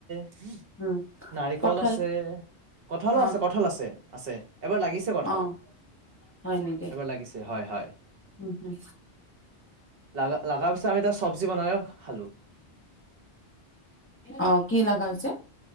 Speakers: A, on the right; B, on the left.
A: <unintelligible>
B: উম,
A: নাৰিকল
B: কঠাল
A: আছে, কঁঠালো
B: অ',
A: আছে, কঁঠাল আছে আছে, এবাৰ লাগিছে কঁঠাল,
B: অ', হয় নেকি?
A: এবাৰ লাগিছে হয়, হয়।
B: উম, হম।
A: লাগা লগাৰ পিছত আমি তাৰ চব্জি বনাই খালোঁ।
B: অ', কি লাগা হৈছে?